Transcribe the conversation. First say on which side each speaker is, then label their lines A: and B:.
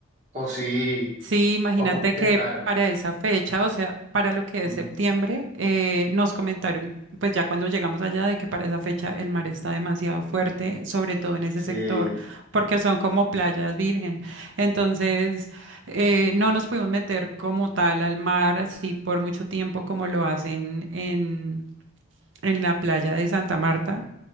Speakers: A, on the right (about 35°); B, on the right (about 65°).
A: O sí,
B: Sí, imagínate
A: o pudiste
B: que
A: entrar.
B: para esa fecha, o sea, para lo que
A: Ujú.
B: es septiembre, eh, nos comentaron, pues ya cuando llegamos allá, de que para esa fecha el mar está demasiado fuerte, sobre todo en ese
A: Sí,
B: sector, porque son como playas virgen. Entonces, eh, no nos pudimos meter como tal al mar así por mucho tiempo como lo hacen en, en la playa de Santa Marta